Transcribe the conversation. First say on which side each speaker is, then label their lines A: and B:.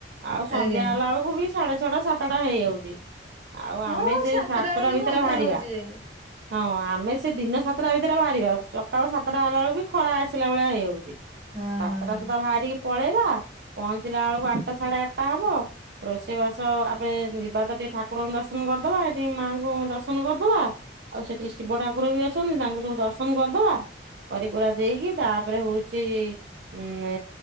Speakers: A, on the right; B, on the right.
A: ଆଉ ସନ୍ଧ୍ୟା
B: ଆଜ୍ଞା।
A: ହେଲା ଅଳୁକୁ ବି ସାଢ଼େ ଛଅଟା ସାତଟା ହେଇଯାଉଚି। ଆଉ
B: ହଁ
A: ଆମେ ସେ ସାତଟା
B: ବେଳକୁ
A: ଭିତରେ
B: ଅନ୍ଧାର
A: ଭାରିବା।
B: ହଉଛି ଯାଇକି
A: ହଁ ଆମେ ସେ ଦିନ ସାତଟା ଭିତରେ ବାହାରିବା ଚକାଳ ସାତଟା ହେଲା ଅଳୁକୁ ଖରା ଆସିଲା ଭଳିଆ ହେଇଯାଉଚି।
B: ହଁ
A: ସାତଟା ସୁଦ୍ଧା ଭାରିକି ପଳେଇବା ପହଞ୍ଚିଲା ଅଳୁକୁ ଆଠଟା ସାଢ଼େ ଆଠଟା ହବ। ରୋଷେଇ ବାସ ଆମେ ଯିବା ତ ଟିକେ ଠାକୁରଙ୍କୁ ଦର୍ଶନ କରିଦବା ହେଠି ମାଆଙ୍କୁ ଦର୍ଶ ହନ କରିଦବା ଆଉ ସେଠି ଶିବ ଠାକୁର ବି ଅଛନ୍ତି ତାଙ୍କୁ ସବୁ ଦର୍ଶନ କରିଦବା। କରିକୁରା ଦେଇକି ତାପରେ ହୋଉଚି ଉଁ ନେ